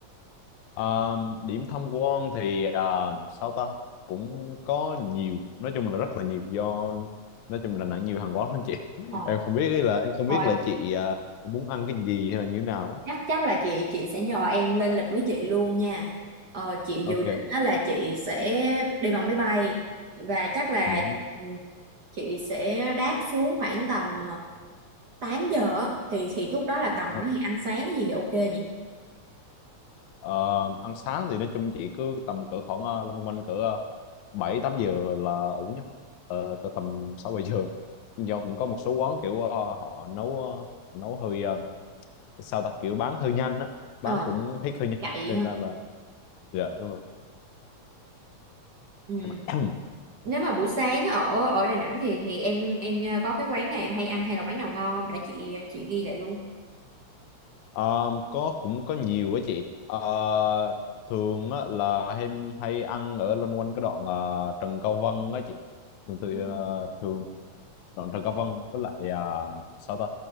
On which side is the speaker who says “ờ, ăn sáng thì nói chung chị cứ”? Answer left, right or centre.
Left